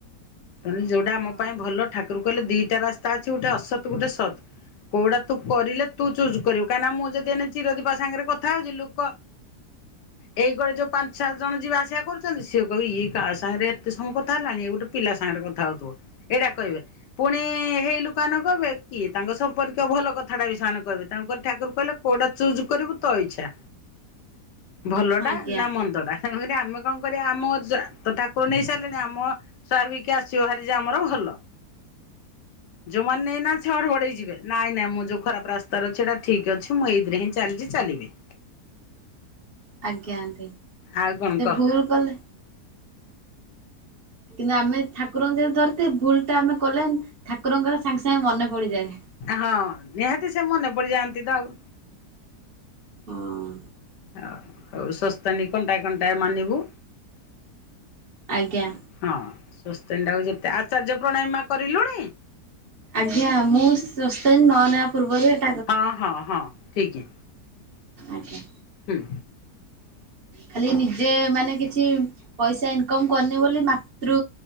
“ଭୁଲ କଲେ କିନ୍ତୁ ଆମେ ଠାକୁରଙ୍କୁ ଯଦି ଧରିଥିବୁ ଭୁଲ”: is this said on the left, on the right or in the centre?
Right